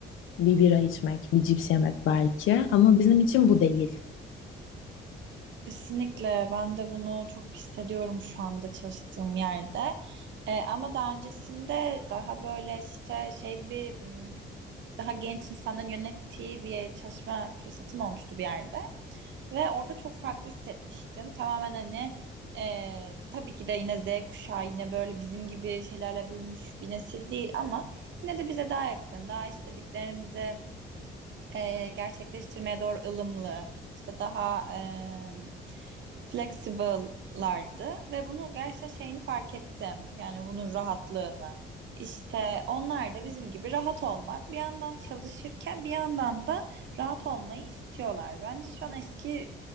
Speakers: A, on the left; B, on the right.
A: bir bira içmek, bir cips yemek belki ama bizim için bu değil.
B: Kesinlikle ben de bunu çok hissediyorum şu anda çalıştığım yerde. Ee, ama daha öncesinde daha böyle işte şey bir m, daha genç insanların yönettiği bir çalışma fırsatım olmuştu bir yerde. Ve orada çok farklı hissetmiştim. Tamamen hani e, tabii ki de yine Z kuşağı yine böyle bizim gibi şeylerle büyümüş bir nesil değil ama yine de bize daha yakın, daha istediklerimizi e, gerçekleştirmeye doğru ılımlı, işte daha e, flexible'lardı ve bunu gerçekten şeyini fark ettim. Yani bunun rahatlığını. İşte onlar da bizim gibi rahat olmak, bir yandan çalışırken bir yandan da rahat olmayı istiyorlar. Bence şu an eski